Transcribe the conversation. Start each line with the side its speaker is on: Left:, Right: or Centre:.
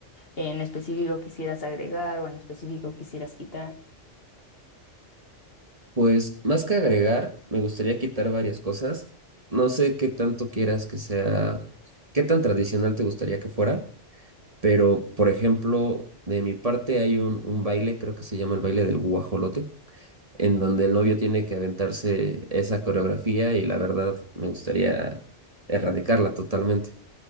Left: en específico quisieras agregar o en específico quisieras quitar.
Right: Pues más que agregar, me gustaría quitar varias cosas. No sé qué tanto quieras que sea, qué tan tradicional te gustaría que fuera, pero por ejemplo, de mi parte hay un, un baile, creo que se llama el baile del guajolote, en donde el novio tiene que aventarse esa coreografía y la verdad me gustaría erradicarla totalmente.